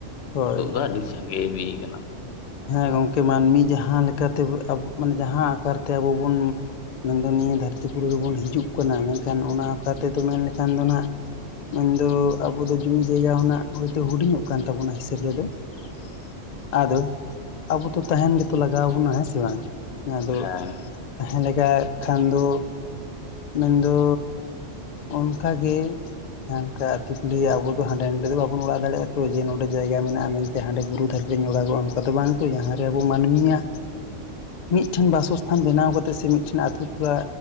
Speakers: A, on the left; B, on the left.
A: ᱦᱳᱭ
B: ᱱᱤᱛᱚᱜ ᱫᱚ ᱟᱹᱰᱤ ᱥᱟᱺᱜᱤᱧ᱾ ᱜᱮ ᱤᱫᱤ ᱠᱟᱱᱟ ᱠᱚ᱾
A: ᱦᱮ ᱜᱚᱝᱠᱮ ᱢᱟᱱᱢᱤ ᱡᱟᱦᱟ ᱞᱮᱠᱟᱛᱮ ᱢᱟᱱᱮ ᱡᱟᱦᱟ ᱟᱠᱟᱨ ᱛᱮ ᱟᱵᱚ ᱵᱚᱱ ᱢᱮᱱ ᱫᱚ ᱱᱤᱭᱟᱹ ᱫᱷᱟᱹᱨᱛᱤ ᱯᱩᱨᱤ ᱨᱮᱵᱚᱱ ᱦᱤᱡᱩᱜ ᱠᱟᱱᱟ ᱢᱮᱱᱠᱷᱟᱱ ᱚᱱᱟ ᱚᱠᱟᱨ ᱛᱮᱫᱚ ᱢᱮᱱ ᱞᱮᱠᱷᱟᱱ ᱫᱚ ᱱᱟᱜ ᱢᱮᱱ ᱫᱚ ᱟᱵᱚ ᱫᱚ ᱡᱩᱢᱤ ᱡᱟᱭᱜᱟ ᱦᱚᱱᱟᱜ ᱦᱚᱭᱛᱚ ᱦᱩᱰᱤᱧᱚᱜ ᱠᱟᱱ ᱛᱟᱵᱚᱱᱟ ᱦᱤᱥᱟᱹᱵ ᱨᱮᱫᱚ᱾
B: <inaudible>
A: ᱟᱫᱚ ᱟᱵᱚ ᱛᱚ ᱛᱟᱦᱮᱱ ᱜᱮᱛᱚ ᱞᱟᱜᱟᱣ ᱵᱚᱱᱟ ᱾ ᱦᱮ ᱥᱮ ᱵᱟᱝ? ᱡᱟᱦᱟ ᱫᱚ
B: ᱦᱮᱸ
A: ᱛᱟᱦᱮᱸ ᱞᱮᱠᱟ ᱠᱷᱟᱱ ᱫᱚ ᱢᱮᱱ ᱫᱚ ᱚᱱᱠᱟ ᱜᱮ ᱦᱟᱱᱠᱟ ᱟᱹᱛᱩ ᱠᱩᱞᱤ ᱟᱵᱚ ᱫᱚ ᱦᱟᱰᱮ ᱱᱟᱰᱮ ᱫᱚ ᱵᱟᱵᱚᱱ ᱚᱲᱟᱜ ᱫᱟᱲᱮᱭᱟᱜᱼᱟ᱾ ᱛᱚ ᱡᱮ ᱱᱚᱰᱮ ᱡᱟᱭᱜᱟ ᱢᱮᱱᱟᱜᱼᱟ ᱢᱮᱱᱛᱮ ᱦᱟᱰᱮ ᱵᱩᱨᱩ ᱫᱷᱟᱨᱮ ᱨᱮᱧ ᱚᱲᱟᱜᱚᱜᱼᱟ ᱟᱫᱚ ᱵᱟᱝ ᱛᱚ ᱡᱟᱦᱟ ᱨᱮ ᱟᱵᱚ ᱢᱟᱱᱢᱤ ᱭᱟᱜ ᱢᱤᱫ ᱴᱷᱮᱱ ᱵᱟᱥᱚᱥ ᱛᱷᱟᱱ ᱵᱮᱱᱟᱣ ᱠᱟᱛᱮ ᱥᱮ ᱢᱤᱫᱴᱷᱮᱱ ᱟᱛᱩ ᱴᱚᱞᱟ